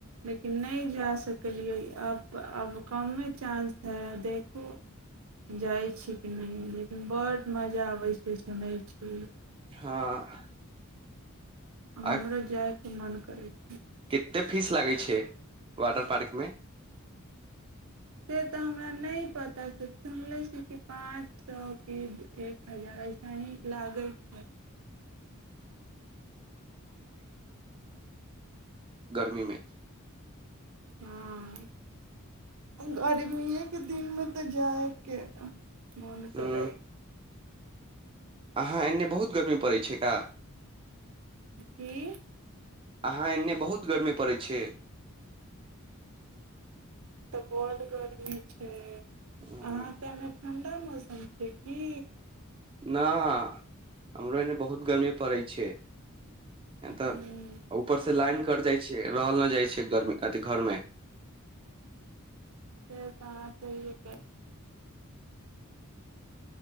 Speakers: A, on the right; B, on the right.
A: लेकिन नहि जा सकलियै आब आब कमे चानं्स हइ देखू जाइत छी कि नहि लेकिन बड मजा अबैत छै सुनैत छी
B: हँ आ
A: हमरो जायके मन करै छै।
B: कतेक फीस लागैत छै वाटर पार्कमे
A: से तऽ हमरा नहि पता से सुनले छी कि पाँच सए कि एक हजार इसे ही लागै छै
B: गर्मीमे
A: हँ गर्मीएके दिनमे कतऽ जाइके मन
B: उम्म,
A: क
B: अहाँ एन्ने बहुत गर्मी पड़ैत छै एका
A: की
B: अहाँ एन्ने बहुत गर्मी पड़ैत छै
A: बड गर्मी छै
B: ह
A: अहाँ कने ठण्डा मौसम छै की
B: नहि हमरो एने बहुत गर्मी पड़ैत छै य
A: हूँ
B: तऽ ऊपर से लाइन कट जाइ छै रहल नै जाइ छै गर मे अथी घर मे
A: से तऽ अहाँ सहिये कहलियै